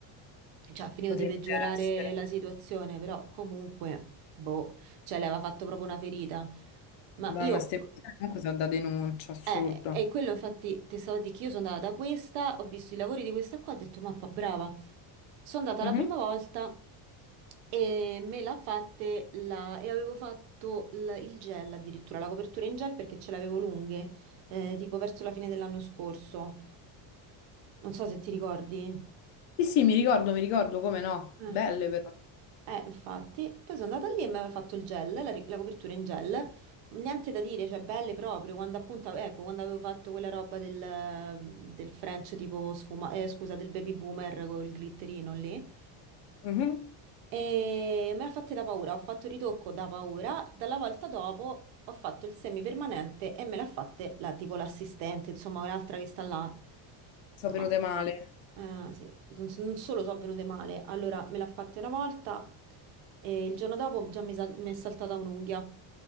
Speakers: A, on the right; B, on the left.
A: cioè ha finito
B: potrebbe
A: di peggiorare
B: essere.
A: la situazione, però comunque, boh, cioè le aveva fatto proprio una ferita. Ma
B: Madonna,
A: io
B: ste persone comunque sono da denuncia, assurdo.
A: eh, e quello infatti ti stavo a dire che io sono andata da questa, ho visto i lavori di questa qua, ho detto mappa brava. Sono andata
B: Mhm.
A: la prima volta e me l'ha fatte la... e avevo fatto l- il gel addirittura, la copertura in gel perché ce l'avevo lunghe, eh, tipo verso la fine dell'anno scorso. Non so se ti ricordi.
B: Sì, sì, mi ricordo, mi ricordo, come no.
A: Eh.
B: Belle però.
A: Eh, infatti, poi sono andata lì e mi aveva fatto il gel, la, ri- la copertura in gel, niente da dire, cioè belle proprio, quando appunto, ecco, quando avevo fatto quella roba del, del French tipo sfuma, eh, scusa, del baby boomer col glitterino lì,
B: Mhm.
A: e me l'ha fatta da paura, ho fatto il ritocco da paura, dalla volta dopo ho fatto il semipermanente e me l'ha fatta la, tipo l'assistente, insomma un'altra che sta là.
B: Sono
A: No,
B: venute male.
A: Eh, sì. Non, non solo sono venute male, allora me l'ha fatta una volta e il giorno dopo già mi, sal- mi è saltata un'unghia.